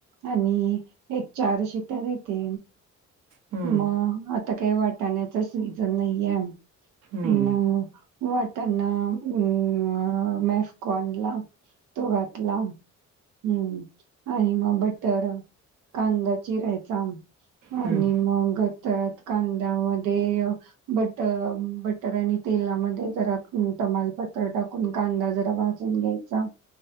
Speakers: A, on the right; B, on the right.
A: आणि एक चार शिट्या, देते.
B: हम्म
A: मग आता काही वाटाण्याचा सीजन नाही आहे.
B: नाही
A: मग वाटना अम, मॅफकॉन ला तो घातला, हम्म आणि मग बटर, कांदा चिरायचा.
B: हम्म
A: आणि मग <unintelligible> त्यात कांद्यामध्ये बट -बटर आणि तेलामध्ये जरा तमालपत्र टाकून कांदा जरा भाजून घ्याई चा,